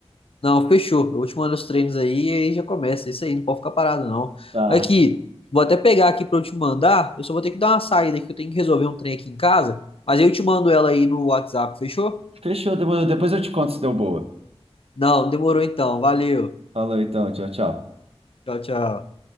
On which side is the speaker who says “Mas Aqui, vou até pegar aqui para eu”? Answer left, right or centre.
Left